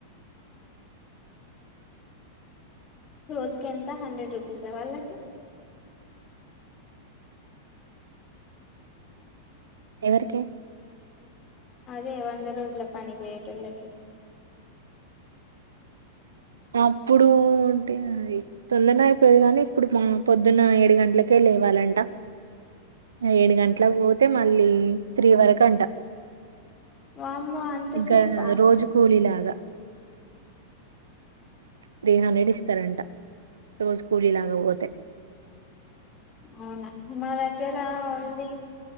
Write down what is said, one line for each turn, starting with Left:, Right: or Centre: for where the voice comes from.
Right: అ <inaudible>
Left: రోజు కెంత హండ్రెడ్ రూపీసా వాళ్ళకి
Right: ఎవర్కి
Left: అదే వంద రోజుల పని పోయేటోల్లకి
Right: అప్పుడు టే తొందర్నే అయిపోయేది కానీ ఇప్పుడు మా పొద్దున్న ఏడు గంటల్కె ఎళ్ ఎవాలంట ఏడు గంట్ల్క పోతే మళ్ళీ త్రీ వరకంట
Left: వామ్మో అంతసేపా
Right: ఇంకా రోజు కూలి లాగా త్రీ హండ్రెడ్ ఇస్తారంట రోజు కూలీలాగా పోతే
Left: అవున మా దగ్గర ఉంది